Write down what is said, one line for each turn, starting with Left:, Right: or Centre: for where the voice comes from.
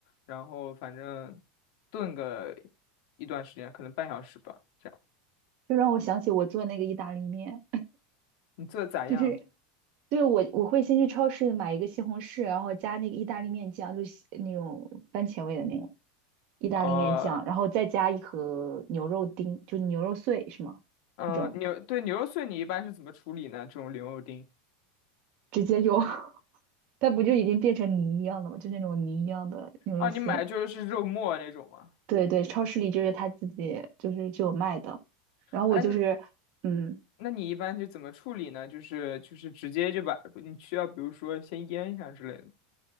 Left: 然后反正炖个一段时间，可能半小时吧。这样
Right: 就让我想起我做那个意大利面。
Left: 你做的咋样？
Right: <laughs> 就是。对，我我会先去超市买一个西红柿，然后加那个意大利面酱，就是那种番茄味的那种意大利面酱，
Left: 哦、
Right: 然后再加一盒牛肉丁，就牛肉碎是吗？
Left: 嗯，
Right: 那种
Left: 牛，对，牛肉碎你一般是怎么处理呢？这种牛肉丁
Right: 直接就，<laughs> 它不就已经变成泥一样的吗？就那种泥一样的牛肉碎。
Left: 啊，你买就是肉末那种吗？
Right: 对对，超市里就是他自己就是就有卖的，然后我就是嗯
Left: 哎，那那你一般就怎么处理呢？就是就是直接就把你需要，比如说先腌一下之类的。